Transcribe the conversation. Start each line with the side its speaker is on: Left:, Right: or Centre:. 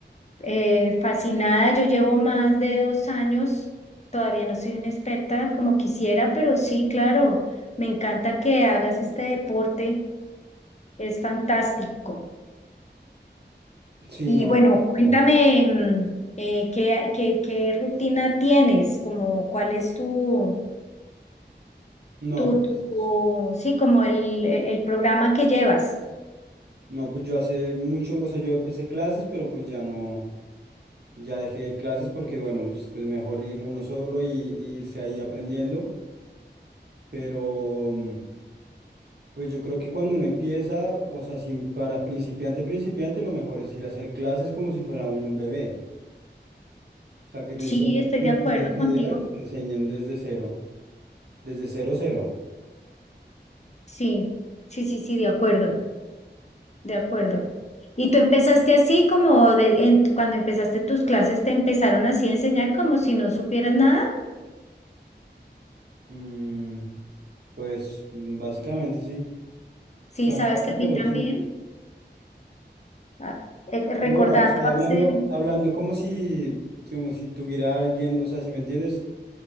Left: eh, fascinada, yo llevo más de dos años, todavía no soy una experta como quisiera, pero sí, claro, me encanta que hagas este deporte, es fantástico.
Right: Sí,
Left: Y
Right: no, me
Left: bueno, cuéntame,
Right: encanta.
Left: mm, eh, ¿qué, qué, qué rutina tienes? Como, ¿cuál es tu,
Right: no,
Left: tu,
Right: pues,
Left: tu, tu- sí, como el, el, el programa que llevas?
Right: no, pues yo hace mucho, o sea, yo empecé clases, pero pues ya no, ya dejé clases porque bueno, pues, pues mejor ir uno solo y, y irse ahí aprendiendo, pero... mm, Pues yo creo que cuando uno empieza, o sea, sin, para principiante, principiante, lo mejor es ir a hacer clases como si fuera uno un bebé. O sea, que te
Left: Sí,
Right: enseñen,
Left: estoy
Right: si
Left: de
Right: no
Left: acuerdo
Right: tienes ni
Left: contigo.
Right: idea, que te enseñen desde cero, desde cero, cero.
Left: Sí, sí, sí, sí, de acuerdo. De acuerdo. ¿Y tú empezaste así como de, en- cuando empezaste tus clases te empezaron así a enseñar como si no supieras nada?
Right: Mm, pues mm, básicamente sí.
Left: Sí,
Right: O sea,
Left: sabes que
Right: no,
Left: a
Right: pero
Left: mí también.
Right: sí.
Left: ah, eh, recordando
Right: Pero Bueno, o sea,
Left: hace
Right: hablando, hablando como si, como si tuviera alguien, o sea, si me entiendes,